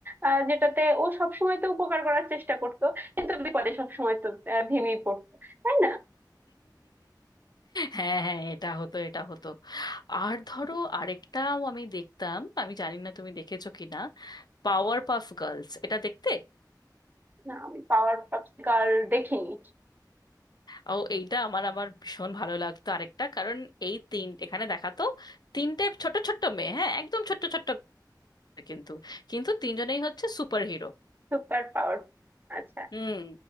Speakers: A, on the right (about 25°); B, on the left (about 65°).
A: আহ যেটাতে ও সবসময় তো উপকার করার চেষ্টা করতো কিন্তু বিপদে সবসময় তো আহ, ভেঙেই পড়তো তাই না
B: হ্যাঁ হ্যাঁ এটা হতো এটা হতো আর ধরো আরেকটাও আমি দেখতাম আমি জানি না তুমি দেখেছো কিনা পাওয়ার পাফ গার্লস এটা দেখতে
A: না আমি পাওয়ার পাপস গার্ল দেখিনি
B: ও এইটা আমার আমার ভীষণ ভালো লাগতো আরেকটা কারণ এই তিন এখানে দেখাতো তিনটে ছোট ছোট্ট মেয়ে হ্যাঁ একদম ছোট্ট ছোট্ট মেয়ে কিন্তু কিন্তু তিনজনেই হচ্ছে সুপার হিরো
A: Super power আচ্ছা
B: হুম